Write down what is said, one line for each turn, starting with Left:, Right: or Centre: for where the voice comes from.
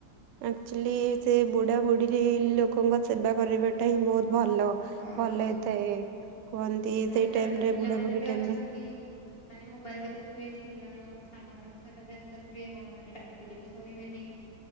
Right: ଆକ୍ଚୁଆଲି ସେ ବୁଢ଼ା ବୁଢ଼ୀରେ ଲୋକଙ୍କ ସେବା କରିବାଟା ହିଁ ବହୁତ ଭଲ
Left: ହଁ
Right: ଭଲ
Left: ବହୁତ
Right: ହୋଇଥାଏ। କୁହନ୍ତି
Left: ଜଣେ
Right: ସେଇ
Left: ଜଣେ
Right: ଟାଇମରେ
Left: ତ ପିଲାମାନେ
Right: ବୁଢା ବୁଢୀ
Left: ବି
Right: ଟାଇମରେ
Left: ଅଛନ୍ତି ମାନେ ମୋବାଇଲ ଦେଖୁଥିବେ କି ପିଲାମାନଙ୍କୁ ସାଙ୍ଗମାନଙ୍କ ସହିତ ବ୍ୟସ୍ତ ଥିବେ ବଡ ମାନେ ଡାକିଲେ ବି ଶୁଣିବେନି।